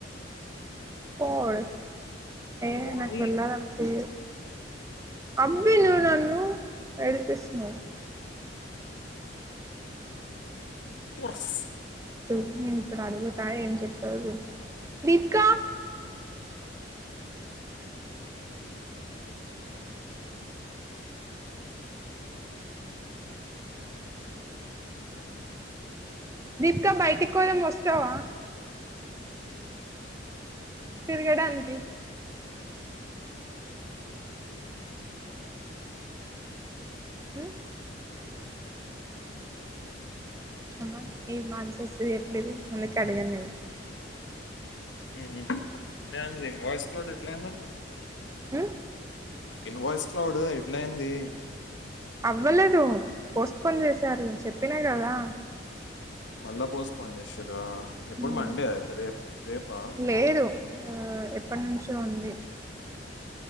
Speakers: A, on the right; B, on the left.
A: కోర్స్ ఏ
B: వై
A: నాకు వెళ్ళాలంటే అబ్బి
B: లేదా
A: నువు నన్ను ఏడిపిస్తున్నావ్
B: కొర్స్
A: చూడు నేను ఇప్పుడు అడుగుతా ఏం చె ప్తదదో చూద్దం. దిప్కా దీపిక బయటికోదం వస్తావా? తిరగడానికి మ్ అమ్మా ఈ మాన్స వచ్చేటట్లు అందుకే అడగలేదు.
B: మ్ మ్ ఇన్వాయిస్ క్లౌడ్ ఎట్ల అయిందంట
A: మ్
B: ఇన్వాయిస్ క్లౌడ్ ఎట్లయింది
A: అవ్వలేదు పోస్ట్పోన్ చేసారు చెప్పినా కదా
B: మళ్ళా పోస్ట్పోన్ చేశిర్రా! ఎప్పుడు
A: ఉమ్
B: మండే అయితే రేప్ రేపా?
A: లేదు ఆ ఎప్పటి నుంచో ఉంది